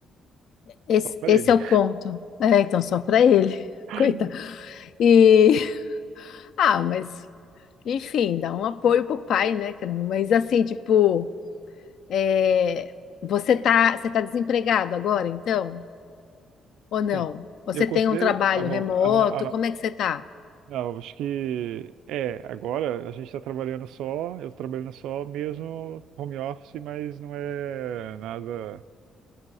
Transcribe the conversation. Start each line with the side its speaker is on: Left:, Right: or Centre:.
Left: Esse,
Right: Só para
Left: esse
Right: ele.
Left: é o ponto. É, então só para ele. <laughs>
Right: <laughs>
Left: Coitado. E, ah, mas, enfim, dá um apoio pro pai, né, cara? Mas assim, tipo, é, você tá, você tá desempregado agora, então? ou não?
Right: Sim.
Left: Você
Right: Eu
Left: tem
Right: considero.
Left: um trabalho
Right: Ah, bom,
Left: remoto?
Right: a, no- a, no-
Left: Como é que você tá?
Right: Não, eu acho que é, agora a gente está trabalhando só, eu tô trabalhando só mesmo home office, mas não é nada,